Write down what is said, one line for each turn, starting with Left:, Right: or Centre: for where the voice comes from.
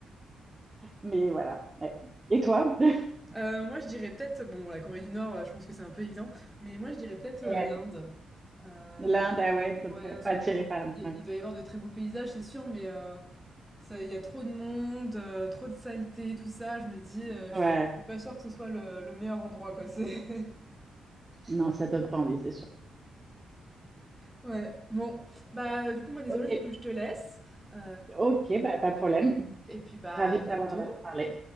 Right: Mais voilà. ouais. Et toi? <laughs>
Centre: Euh, moi, je dirais peut-être, bon, la Corée du Nord, euh, je pense que c'est un peu évident, mais moi, je dirais peut-être euh,
Right: Ouais.
Centre: l'Inde. Euh,
Right: L'Inde, ah ouais, ça
Centre: ouais,
Right: me fait
Centre: parce
Right: pas
Centre: que
Right: attiré
Centre: bon,
Right: par l'Inde.
Centre: il y- il doit y avoir de très beaux paysages, c'est sûr, mais euh, ça, il y a trop de monde, euh, trop de saleté, tout ça. Je me dis, euh, je
Right: Ouais.
Centre: suis pas sûre que ce soit le, le meilleur endroit, quoi. C'est...
Right: Non, ça donne pas envie, c'est sûr.
Centre: Ouais, bon, bah, du coup, moi, désolée,
Right: Ok.
Centre: faut que je te laisse, heu
Right: Ok, bah, pas de problème.
Centre: et puis, bah,
Right: Ravie
Centre: à bientôt.
Right: de t'avoir euh, parlé.